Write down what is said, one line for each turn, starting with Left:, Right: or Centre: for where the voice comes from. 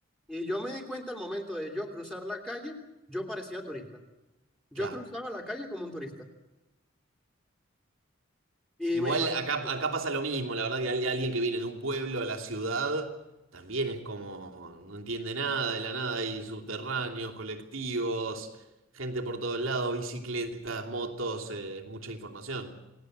Centre: y yo me di cuenta al momento de yo cruzar la calle, yo parecía turista. Yo
Right: claro.
Centre: cruzaba la calle como un turista. Y
Right: Igual
Centre: me imagino
Right: acá,
Centre: que-
Right: acá pasa lo mismo, la verdad que al- alguien que viene de un pueblo a la ciudad también es como, no entiende nada de la nada, hay subterráneos, colectivos, gente por todos lados, bicicletas, motos, eh, mucha información.